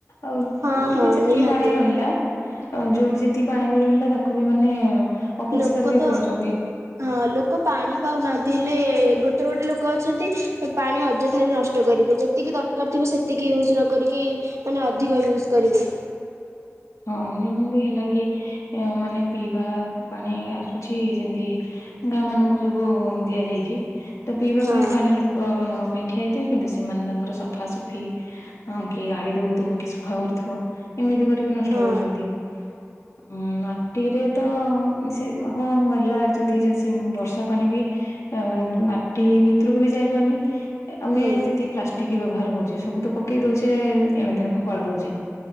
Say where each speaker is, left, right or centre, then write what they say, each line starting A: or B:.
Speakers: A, on the left (about 75°); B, on the right (about 70°).
A: ଆଉ
B: ହଁ
A: ଯୋଉଠି
B: ହଁ
A: ବି ଯେ
B: ନିହାତି
A: ଯୋଉଠି ଯେତିକି ପାଣି ବି ରହିଲା ତାକୁ ବି ମାନେ ଅପରିଷ୍କାର
B: ଲୋକ
A: ବି
B: ତ
A: କରୁଛନ୍ତି
B: ହଁ ଲୋକ ପାଣି ପାଉନାହାନ୍ତି ହେଲେ ଗୋଟେ ଗୋଟେ ଲୋକ ଅଛନ୍ତି ପାଣି ଅଯଥାରେ ନଷ୍ଟ କରିବେ ଯେତିକି ଦରକାର ଥିବ ସେତିକି ୟୁଜ୍ ନ କରିକି ମାନେ ଅଧିକ ୟୁଜ୍ କରିବେ।
A: ହଁ ଯେମିତି ହେଲା କି ମାନେ ପିଇବା ପାଣି ଆସୁଛି ଯେମତି ଗାଁ ମାନଙ୍କୁ ସବୁ ଦିଆଯାଇଛି ତ ପିଇବା
B: ହଁ
A: ପାଇଁ ପାଣି ଲୋକ ନବା ପାଇଁ ଠିଆ ହେଇଥିବେ କିନ୍ତୁ ସେମାନେ ତାଙ୍କର ସଫାସୁଫି ହଁ କିଏ ଗାଡି ଧୋଉଥିବ କିଏ ସଫା କରୁଥିବ ଏମିତି କରିକି ନଷ୍ଟ
B: ହଁ
A: କରୁଚନ୍ତି ଉଁ ମାଟିରେ ତ ସେ ହଉ ହେଲା ଯଦି ବର୍ଷା ପାଣି ବି ଅ ମାଟି ଭିତରକୁ ବି ଯାଇ ପାରୁନି ଆମେ
B: ହୁଁ
A: ଯେତିକି ପ୍ଲାଷ୍ଟିକ ବ୍ୟବହାର କରୁଚେ ସବୁ ତ ପକେଇ ଦଉଛେ ଏଣେତେଣେ ଫୋପାଡ଼ି ଦଉଛେ